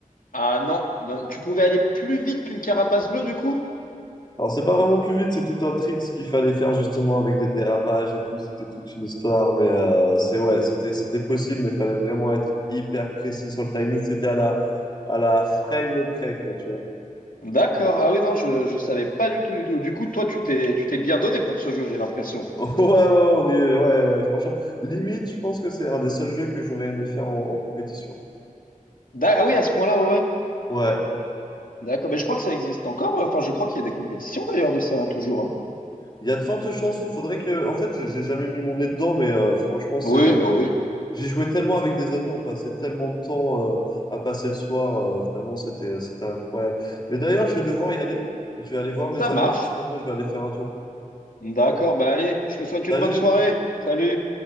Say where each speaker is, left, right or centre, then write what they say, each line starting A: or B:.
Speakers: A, on the left (about 80°); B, on the left (about 30°).
A: Ah non, non, tu pouvais aller plus vite qu'une carapace bleue du coup?
B: Alors, c'est pas vraiment plus vite, c'est tout un trick ce qu'il fallait faire justement avec des dérapages et tout. C'était toute une histoire, mais euh, c'est ouais, c'était c'était possible, mais il fallait vraiment être hyper précis sur le timing. C'était à la à la frame près, quoi, tu vois.
A: D'accord. Ah oui, non, je je savais pas du tout du tout. Du coup, toi tu t'es tu t'es bien donné pour ce jeu, j'ai l'impression.
B: <laughs> Ouais, ouais, on y est, ouais, ouais, franchement. Limite, je pense que c'est un des seuls jeux que j'aurais aimé faire en, en compétition.
A: D'a- Ah oui, à ce point-là, ouais ouais.
B: Ouais,
A: D'accord, mais je crois que ça existe encore. euh, Enfin, je crois qu'il y a des compétitions d'ailleurs de ça hein, toujours hein.
B: il y a de fortes chances. Faudrait que, en fait, j'ai j'ai jamais mis mon nez dedans, mais euh, franchement, c'est
A: Oui,
B: euh,
A: bah oui.
B: J'y jouais tellement avec des amis, on passait tellement de temps euh, à passer le soir, euh, vraiment c'était euh, c'était incroyable. Mais d'ailleurs, je vais devoir y aller. Je vais aller voir mes
A: Ça
B: amis
A: marche.
B: justement, je vais aller faire un tour.
A: D'accord, bah allez, je te souhaite une
B: Salut!
A: bonne soirée. Salut.